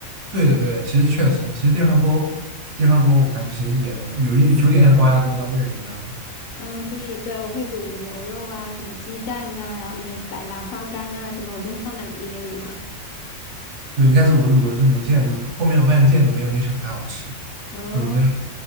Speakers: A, on the right; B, on the left.
A: 对的，对的，其实确实，其实电饭煲、电饭锅，我感觉其实也能有一有点像高压锅那味儿，你知道吗？
B: 嗯，就是对我会卤牛肉啊，什么鸡蛋呐、然后里面摆兰花干啊什么，我都会放在里面卤。<laughs>
A: 对，一开始我卤的是牛腱子嘛，后面我发现腱子没有牛小排好吃，
B: 哦
A: 卤牛小排